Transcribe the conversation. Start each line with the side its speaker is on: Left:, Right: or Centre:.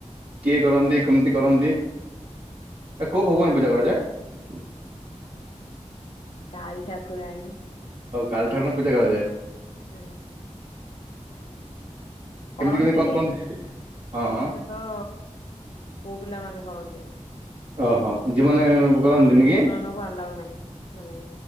Right: କିଏ କରନ୍ତି? କେମିତି କରନ୍ତି? ଏ କୋଉ ଭଗବାନଙ୍କୁ ପୂଜା କରାଯାଏ?
Left: କାଳୀ ଠାକୁରାଣୀ।
Right: ହଉ କାଳି ଠାକୁରାଣୀଙ୍କୁ ପୂଜା କରାଯାଏ।
Left: ହଁ।
Right: କେମିତି
Left: କରନ୍ତି
Right: କେମିତି କଣ ହଁ ହଁ
Left: ମୁଖ୍ୟତଃ ପୁଅ ପିଲାମାନେ କରନ୍ତି।
Right: ଓହୋ! ଯୋଉମାନେ
Left: ହୁଁ
Right: କରନ୍ତିନି
Left: ଝିଅ
Right: କି
Left: ମାନଙ୍କୁ ଆଲାଉ ନାହିଁ। ମାନେ